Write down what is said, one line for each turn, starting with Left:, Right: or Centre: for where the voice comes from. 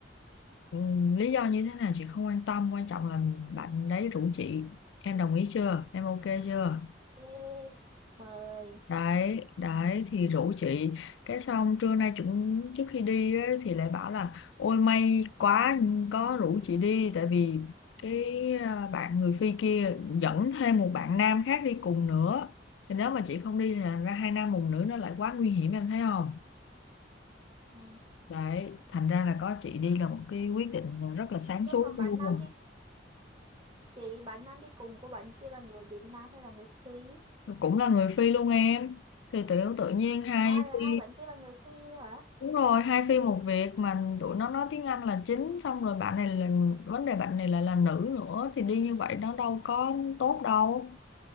Left: ừ, lý do như thế nào chị không quan tâm quan trọng là bạn đấy rủ chị em đồng ý chưa em ok chưa
Right: Ê, mời.
Left: đấy đấy thì rủ chị cái xong trưa nay chúng trước khi đi ấy, thì lại bảo là ôi may quá có rủ chị đi tại vì cái à, bạn người Phi kia dẫn thêm một bạn nam khác đi cùng nữa thì nếu mà chị không đi thì thành ra hai nam một nữ nó lại quá nguy hiểm em thấy không
Right: Ừ.
Left: Đấy, thành ra là có chị đi là một cái quyết định rất là sáng
Right: Nhưng
Left: suốt
Right: mà bạn
Left: luôn.
Right: Nam đi chị bạn Nam đi cùng của bạn kia là người Việt Nam hay là người Phi?
Left: Cũng là người Phi luôn em. Thì tự tự nhiên hai
Right: À là
Left: Phi
Right: hai bạn kia là người Phi luôn hả?
Left: đúng rồi, hai Phi một việc mà tụi nó nói tiếng Anh là chính xong rồi bạn này là vấn đề bạn này là là nữ nữa thì đi như vậy nó đâu có tốt đâu,